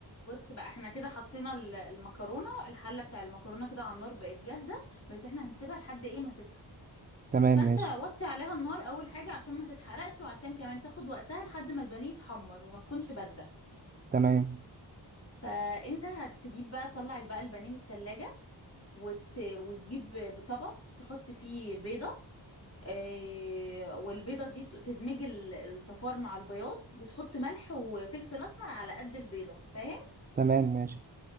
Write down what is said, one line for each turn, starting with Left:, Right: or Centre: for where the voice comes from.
Left: بص بقى احنا كده حطينا ال- المكرونه الحله بتاع المكرونه كده على النار بقت جاهزه بس احنا هنسيبها لحد ايه ما تسخن
Right: تمام
Left: فانت
Right: ماشي
Left: وطي عليها النار اول حاجه عشان ما تتحرقش وعشان كمان تاخد وقتها لحد ما البانيه يتحمر وما تكونش بارده
Right: تمام
Left: فانت هتجيب بقى تطلع بقى البانيه من التلاجة وت... وتجيب بطبق تحط فيه بيضه آه، والبيضة دي ت- تدمج ال- الصفار مع البياض وتحط ملح وفلفل أسمر على قد البيضة فاهم
Right: تمام ماشي